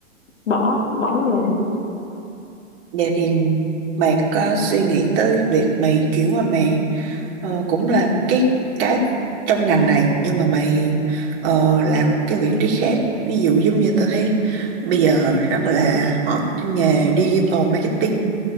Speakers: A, on the left; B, on the right.
A: bỏ bỏ nghề
B: Vậy thì mày có suy nghĩ tới việc mày chuyển qua mày ờ, cũng là cái cái trong ngành này nhưng mà mày ờ, làm một cái vị trí khác ví dụ giống như tao thấy bây giờ rất là hot cái nghề digital marketing